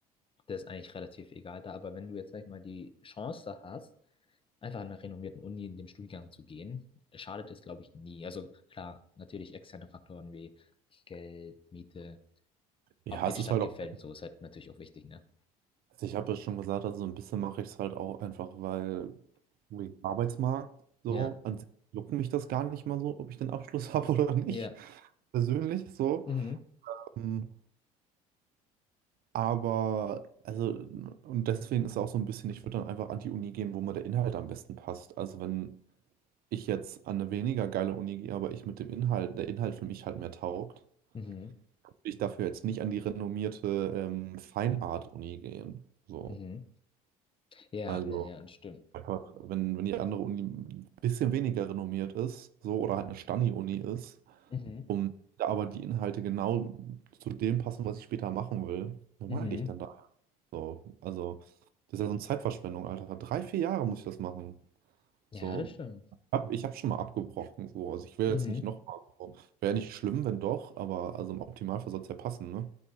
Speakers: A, on the left (about 30°); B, on the right (about 55°).
A: Das ist eigentlich relativ egal da. Aber wenn du jetzt, sag ich mal, die Chance hast, einfach an einer renommierten Uni in dem Studiengang zu gehen, schadet es, glaube ich, nie. Also klar, natürlich externe Faktoren wie Geld, Miete.
B: Ja,
A: ob dir
B: es
A: die
B: ist
A: Stadt
B: halt
A: gefällt
B: auch,
A: und so ist halt natürlich auch wichtig, ne?
B: also ich habe ja schon gesagt, also so ein bisschen mache ich es halt auch einfach, weil wegen Arbeitsmarkt so,
A: Ja,
B: an sich juckt mich das gar nicht mal so, ob ich den Abschluss <laughs> habe oder nicht,
A: ja,
B: persönlich so.
A: mhm,
B: Ähm, Aber, also, und deswegen ist auch so ein bisschen, ich würde dann einfach an die Uni gehen, wo mir der Inhalt am besten passt. Also wenn ich jetzt an eine weniger geile Uni gehe, aber ich mit dem Inhalt, der Inhalt für mich halt mehr taugt,
A: mhm,
B: würde ich dafür jetzt nicht an die renommierte ähm, Fine Art uni gehen. So,
A: mhm. Ja,
B: also
A: ja, ja, das stimmt.
B: einfach, wenn, wenn die andere Uni ein bisschen weniger renommiert ist, so, oder halt eine Stani-Uni ist,
A: Mhm,
B: um da aber die Inhalte genau zu dem passen, was ich später machen will, normal
A: mhm.
B: gehe ich dann da. So, also, das ist ja so eine Zeitverschwendung, Alter. Drei, vier Jahre muss ich das machen.
A: Ja,
B: So,
A: das stimmt.
B: hab, ich habe schon mal abgebrochen, so. Also ich will
A: Mhm.
B: jetzt nicht nochmal. So. Wäre nicht schlimm, wenn doch, aber also im Optimalfall soll es ja passen, ne?